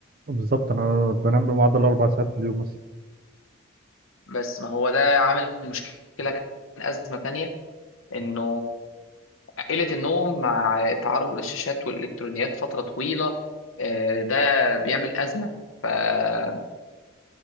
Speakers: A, on the right; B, on the left.
A: بالظبط انا بنام بمعدل اربع ساعات في اليوم مثلا
B: بس ما هو ده عامل مشكله كان ازمه تانية انه قلة النوم مع التعرض للشاشات والإلكترونيات فترة طويلة آه، ده بيعمل أزمة فمحتاج